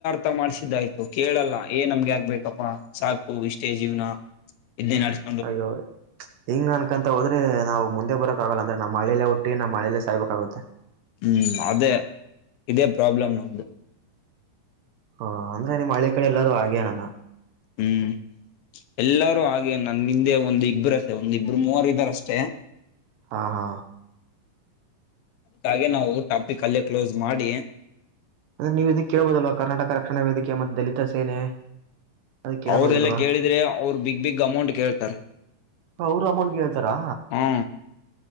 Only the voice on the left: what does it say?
ತ ಮಾಡ್ಸಿದ್ದಯ್ತು ಕೇಳಲ್ಲ ಏನ್ ನಮ್ಗೆ ಯಾಗ್ಬೇಕಪ್ಪಾ ಸಾಕು ಇಷ್ಟೇ ಜೀವನ ಇದ್ದೆ ನಡ್ಸ್
ಹ್ಮ್ ಅದೇ ಇದೇ ಪ್ರಾಬ್ಲಮ್ ನಮ್ದು.
ಹ್ಮ್ ಎಲ್ಲರೂ ಹಾಗೆ ನನ್ನಿಂದೆ ಒಂದ್ ಒಂದ್ ಇಬ್ರು ಮೂವರ್ ಇದಾರ್ ಅಷ್ಟೇ.
ಕಾಗೆ ನಾವು ಟಾಪಿಕ್ ಅಲ್ಲೇ ಕ್ಲೋಸ್ ಮಾಡಿ
ಅವ್ರಲ್ಲ ಕೇಳಿದ್ರೆ ಅವರು ಬಿಗ್ ಬಿಗ್ ಅಮೌಂಟ್ ಕೇಳ್ತಾರೆ.
ಹಾ